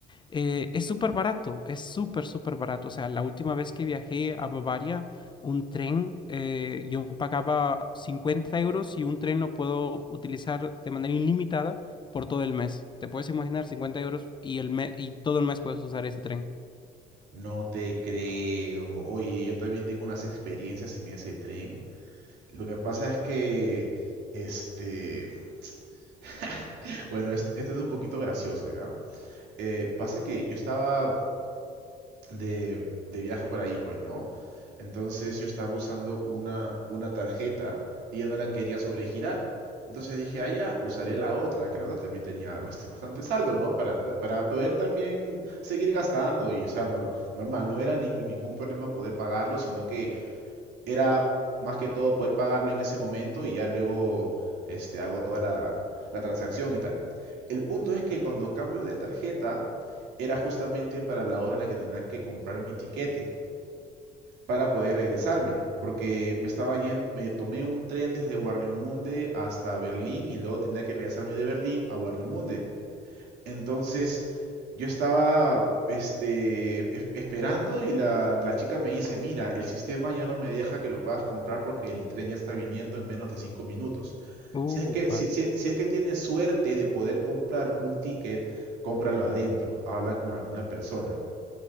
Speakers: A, on the left (about 25°); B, on the right (about 85°).
A: eh, es súper barato, es súper, súper barato. O sea, la última vez que viajé a Bavaria, un tren, eh, yo pagaba 50 euros y un tren lo puedo utilizar de manera ilimitada por todo el mes. Te puedes imaginar 50 euros y, el mes, y todo el mes puedes usar ese tren.
B: No te creo. Oye, yo también tengo unas experiencias en ese tren. Lo que pasa es que, este, <laughs> Bueno, este, este es un poquito gracioso, ¿ya? Eh, pasa que yo estaba de, de viaje por ahí, pues, ¿no? Entonces yo estaba usando una, una tarjeta y ya no la quería sobregirar. Entonces dije, ah, ya, usaré la otra, que la otra también tenía pues, bastante saldo, ¿no? Para, ta- para poder también seguir gastando y, o sea, nor- normal, no era nin- ningún problema poder pagarlo, sino que era más que todo poder pagarlo en ese momento y ya luego este, hago toda la, la transacción y tal. El punto es que cuando cambio de tarjeta era justamente para la hora en la que tenía que comprar mi tiquete para poder regresarme, porque me estaba yendo, me tomé un tren desde Warnemunde hasta Berlín y luego tenía que regresarme de Berlín a Warnemunde. Entonces, yo estaba este, es- esperando y la, la chica me dice, mira, el sistema ya no me deja que lo puedas comprar porque el tren ya está viniendo en menos de cinco minutos.
A: Upa.
B: Si es que, si, si- si es que tienes suerte de poder comprar un ticket, cómpralo adentro, habla con alguna persona.